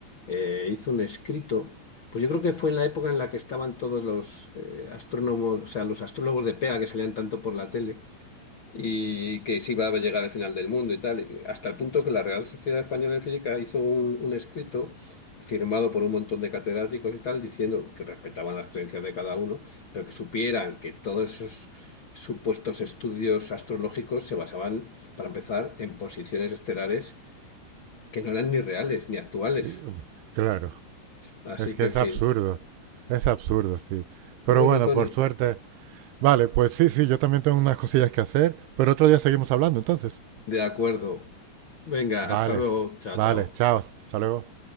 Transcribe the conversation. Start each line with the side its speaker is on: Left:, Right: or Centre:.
Left: eh, hizo un escrito, pues yo creo que fue en la época en la que estaban todos los eh, astrónomos, o sea, los astrólogos de pega que salían tanto por la tele, y que se iba a llegar al final del mundo y tal, hasta el punto que la Real Sociedad Española de Física hizo un, un escrito firmado por un montón de catedráticos y tal, diciendo que respetaban las creencias de cada uno, pero que supieran que todos esos supuestos estudios astrológicos se basaban, para empezar, en posiciones estelares que no eran ni reales ni actuales.
Right: Y, um, Claro,
Left: Así
Right: es que
Left: que,
Right: es
Left: en fin.
Right: absurdo, es absurdo, sí. Pero
Left: Bueno,
Right: bueno,
Left: Tony,
Right: por suerte, vale, pues sí, sí, yo también tengo unas cosillas que hacer, pero otro día seguimos hablando, entonces.
Left: de acuerdo. Venga,
Right: Vale,
Left: hasta luego. Chao,
Right: vale,
Left: chao.
Right: chao, hasta luego.